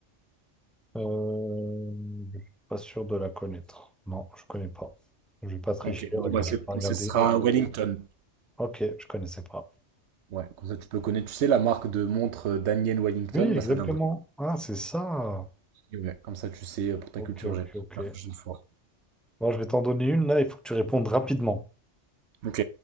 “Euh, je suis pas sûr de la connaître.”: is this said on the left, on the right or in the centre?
Centre